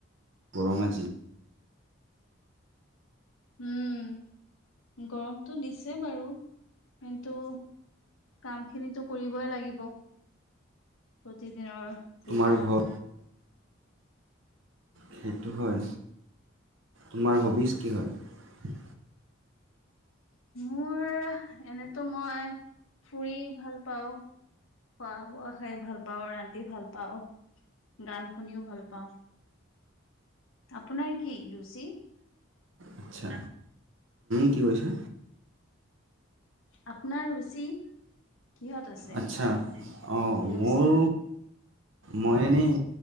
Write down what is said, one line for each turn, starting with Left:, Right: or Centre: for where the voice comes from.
Right: গৰম আজি
Left: উম গৰমটো দিছে বাৰু কিন্তু কাম খিনো কৰিবই লাগিব প্ৰতিদিনৰ
Right: তোমাৰ
Left: যি কাম
Right: ঘৰ সেইটো হয়, তোমাৰ হবিজ কি হয়
Left: মোৰ এনেতো মই ফুৰি ভাল পাওঁ খোৱা বোৱা খাই ভাল পাওঁ ৰান্ধি ভাল পাওঁ গান শুনিও ভাল পাওঁ আপোনাৰ কি ৰুচি
Right: আচ্ছা কি কৈছা
Left: আপোনাৰ ৰুচি কিহত আছে
Right: আচ্ছা অ
Left: অভিৰুচি
Right: মোৰ মই এনেই